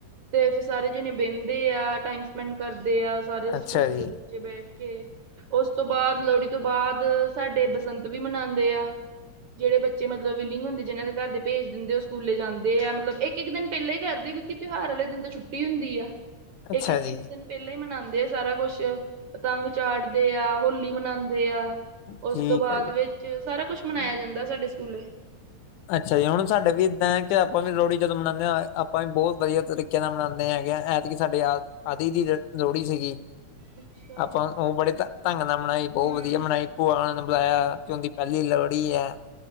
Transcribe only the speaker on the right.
ਤੇ ਫਿਰ ਸਾਰੇ ਜਣੇ ਵਹਿੰਦੇ ਆ। ਟਾਈਮ ਸਪੈਂਡ ਕਰਦੇ ਆ। ਸਾਰੇ
ਸਕੂਲ
ਦੇ ਬੇ ਬੈਠ ਕੇ, ਉਸ ਤੋਂ ਬਾਅਦ ਲੋਹੜੀ ਤੋਂ ਬਾਅਦ ਸਾਡੇ ਬਸੰਤ ਵੀ ਮਨਾਂਦੇ ਆ। ਜਹੜੇ ਬੱਚੇ ਮਤਲਬ ਵਿਲਿੰਗ ਹੁੰ ਜਹ ਦੇ ਘਰ ਭੇਜਦੇ। ਉਹ ਸਕੂਲੇ ਜਾਂਦੇ ਆ। ਮਤਲਬ ਇੱਕ-ਇੱਕ ਦਿਨ ਪਹਿਲਾਂ ਹੀ ਕਰਦੇ। ਕਿਉਂਕਿ ਤਿਉਹਾਰ ਵਾਲੇ ਦਿਨ ਤੋਂ ਛੁੱਟੀ ਹੁੰਦੀ ਆ।
ਇੱਕ -ਇੱਕ
ਇੱਕ ਦਿਨ ਪਹਿਲਾਂ ਹੀ ਮਨਾਉਂਦੇ ਆ। ਸਾਰਾ ਕੁੱਛ, ਪਤੰਗ ਚਾੜਦੇ ਆ। ਹੋਲੀ ਮਨਾਉਂਦੇ ਤੇ ਆ
ਉਸ ਤੋਂ ਬਾਅਦ
ਵਿੱਚ ਸਾਰਾ ਕੁਛ ਮਨਾਇਆ ਜਾਂਦਾ। ਸਾਡੇ ਸਕੂਲੇ
ਅੱਛਾ
ਹਮ